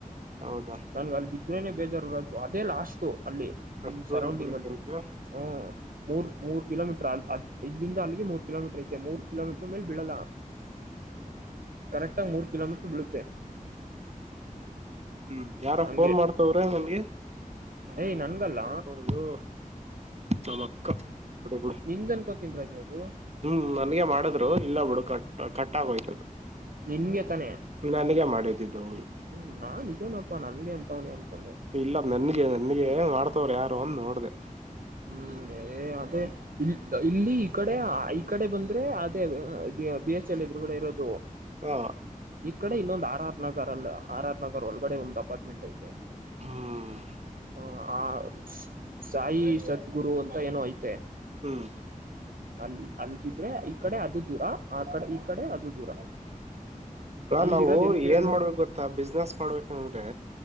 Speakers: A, on the right (about 50°); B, on the right (about 80°).
A: ಹೌದಾ.
B: ನನ್ಗೆ ಅಲ್ಲಿ ಇದ್ರೇನೆ ಬೇಜಾರು ರಾಜು ಅದೇ ಲಾಸ್ಟು ಅಲ್ಲಿ ಹಿಂಗ್
A: ಅಷ್ಟು
B: ಸರೌಂಡಿಂಗ್
A: ದೂರ ಬೀಳುತ್ತೆ
B: ಅಲ್ಲಿ
A: ಅಂತೀಯ
B: ಹ. ಮೂರ್ ಮೂರು ಕಿಲೋಮೀಟರ್ ಅಲ್ ಅಲ್ ಇಲ್ಲಿಂದ ಅಲ್ಲಿಗೆ ಮೂರು ಕಿಲೋಮೀಟರ್ ಐತೆ ಮೂರ್ ಕಿಲೋಮೀಟರ್ ಮೇಲೆ ಬಿಳಲ್ಲ. ಕರೆಕ್ಟಾಗಿ ಮೂರು ಕಿಲೋಮೀಟರ್ ಬೀಳುತ್ತೆ.
A: ಹ್ಮ್ ಯಾರ
B: ಹಂಗೆ
A: ಫೋನ್ ಮಾಡ್ತವ್ರ ನಿನ್ಗೆ.
B: ಏಯ್ ನನ್ಗಲ್ಲ
A: ಯಾರಪ್ಪ ಅದು ನಮ್ಮ ಅಕ್ಕ ಬಿಡು ಬಿಡು.
B: ನಿಂದ್ ಅನ್ಕೊಂತಿನಿ ರಾಜು ಅದು.
A: ಹ್ಮ್ ನನ್ಗೆ ಮಾಡಿದ್ರು ಇಲ್ಲ ಬಿಡು ಕಟ್ ಕಟ್ ಆಗೋಯ್ತು ಅದು.
B: ನಿಂಗೆ ತಾನೆ.
A: ನನಗೆ ಮಾಡಿದ್ದಿದ್ದ ಹೌದು.
B: ಹ್ಮ್ ನಾನ್ ಇದೇನಪ್ಪಾ ನನ್ಗೆ ಅಂತವನೆ ಅನ್ಕೊಂಡೆ.
A: ಇಲ್ಲ ನನ್ಗೆ ನನ್ಗೆ ಮಾಡ್ತವ್ರ ಯಾರು ಅನ್ ನೋಡ್ದೆ.
B: ಹ್ಮ್ ಬೇರೆ ಅದೇ. ಇ ಇಲ್ಲಿ ಈ ಕಡೆ ಈ ಕಡೆ ಬಂದ್ರೆ ಅದೇ ಬಿ ಎಚ್ ಎಲ್ ಎದ್ರು ಗಡೆ ಇರೋದು.
A: ಹಾ.
B: ಈ ಕಡೆ ಇನ್ನೊಂದ ಆರ್ ಆರ್ ನಗರ್ ಅಲ್ಲ ಆರ್ ಆರ್ ನಗರ್ ಒಳಗಡೆ ಒಂದ್ ಅಪಾರ್ಟ್ಮೆಂಟ್ ಐತೆ.
A: ಹ್ಮ್
B: ಹ ಆ ಸಾಯಿ ಸದ್ಗುರು ಅಂತ ಏನೋ ಐತೆ.
A: ಹ್ಮ್.
B: ಅಲ್ಲಿ ಅಲ್ದಿದ್ರೆ ಈ ಕಡೆ ಅದು ದೂರ ಆ ಕಡೆ ಈ ಕಡೆ ಅದು ದೂರ.
A: ಹ
B: ನಮ್ದ
A: ನಾವು
B: ಇರೋದ್ ಎಲ್ ಹೇಳು
A: ಏನ್ ಮಾಡ್ಬೇಕು ಗೊತ್ತ ತ್ತ ಬಿಸ್ನೆಸ್ ಮಾಡ್ಬೇಕ ಅಂದ್ರೆ